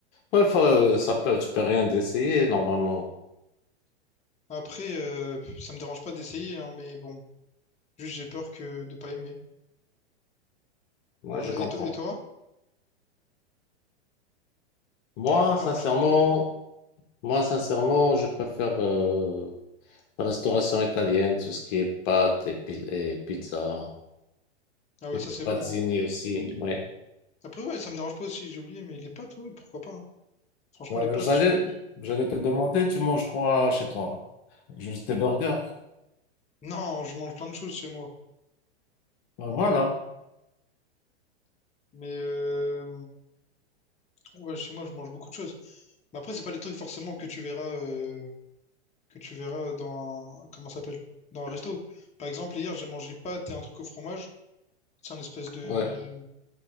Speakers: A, on the left (about 45°); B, on the left (about 20°).
A: Ouais, enfin, euh, ça peut, tu peux rien d'essayer normalement.
B: Après, euh, ça me dérange pas d'essayer, hein, mais bon, juste j'ai peur que de pas aimer.
A: Ouais,
B: Voilà.
A: je comprends.
B: Et, to- et toi,
A: Moi,
B: tu préfères
A: sincèrement,
B: manger dans quel...
A: moi, sincèrement, je préfère euh, la restauration italienne, tout ce qui est pâtes et, pi- et pizza,
B: Ah ouais,
A: et
B: ça c'est
A: pazzini
B: bon. hein.
A: aussi. Ouais.
B: Après, ouais, ça me dérange pas aussi, j'ai oublié, mais les pâtes, ouais, pourquoi pas. hein. Franchement,
A: Ouais,
B: les pâtes,
A: j'allais,
B: je...
A: j'allais te demander, tu manges quoi chez toi? Juste des burgers.
B: Non, je mange plein de choses chez moi.
A: Ben
B: Mais,
A: voilà.
B: euh, mais euh, ouais, chez moi, je mange beaucoup de choses. Mais après, c'est pas des trucs forcément que tu verras, euh, que tu verras dans... Comment ça s'appelle? Dans un resto. Par exemple, hier, j'ai mangé pâtes et un truc au fromage. C'est un espèce de...
A: Ouais,